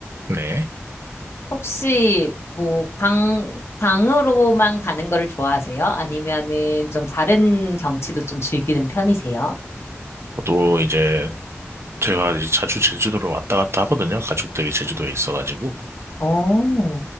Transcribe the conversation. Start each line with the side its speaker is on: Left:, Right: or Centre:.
Right: 네.
Left: 혹시 뭐 강, 강으로만 가는 거를 좋아하세요? 아니면은 좀 다른 경치도 좀 즐기는 편이세요?
Right: 저도 이제 제가 이제 자주 제주도로 왔다 갔다 하거든요. 가족들이 제주도에 있어가지고.
Left: 어,